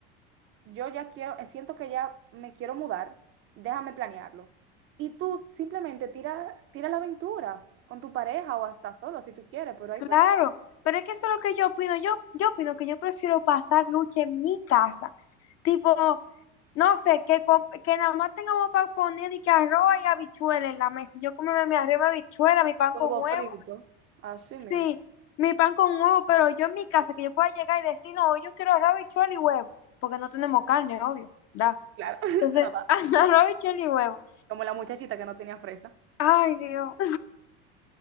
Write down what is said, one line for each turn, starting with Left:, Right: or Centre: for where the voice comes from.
Right: yo ya quiero, eh, siento que ya me quiero mudar, déjame planearlo. Y tú simplemente tira, tira la aventura con tu pareja o hasta solo si tú quieres, pero hay
Left: Claro,
Right: personas
Left: pero es que eso es lo que yo opino. Yo, yo opino que yo prefiero pasar lucha en mi casa. Tipo, no sé, que, com- que nada más tengamos para poner y que arroz y habichuelas en la mesa. Y Yo como mi arroz, y mi habichuela, mi pan
Right: Huevo
Left: con huevo.
Right: frito, así
Left: Sí,
Right: mismo.
Left: mi pan con huevo, pero yo en mi casa, que yo pueda llegar y decir, no, hoy yo quiero arroz, habichuela y huevo. Porque no tenemos carne, obvio, da.
Right: Claro, <laughs>
Left: Entonces,
Right: no va.
Left: <laughs> arroz, habichuela y huevo.
Right: Como la muchachita que no tenía fresa.
Left: Ay, Dios.